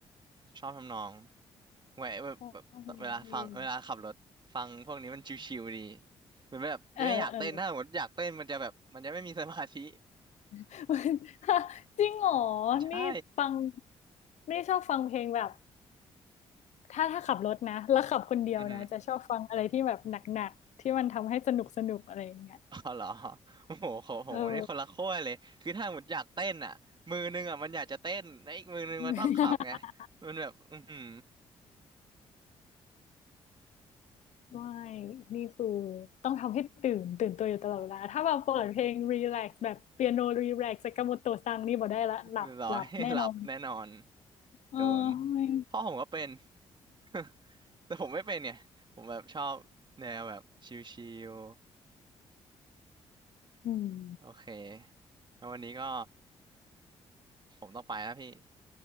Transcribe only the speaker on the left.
ชอบเนื้อเพลง
เออเออ <laughs> จริงเหรอ
นี่ฟังนี่ชอบฟังเพลงแบบ ถ้าถ้าขับรถนะแล้วขับคนเดียวนะจะชอบฟังอะไรที่แบบหนักๆที่มันทำให้สนุกสนุกอะไรอย่างเงี้ย
เออ
<laughs>
ไม่นี่คือต้องทำให้ตื่นตื่นตัวอยู่ตลอดเวลาถ้าแบบเปิดเพลงรีแลกซ์แบบเปียโนรีแลกซ์สากาโมโตะซังนี่บอกได้ละหลับหลับแน่นอน
เออ
ไม่
อืม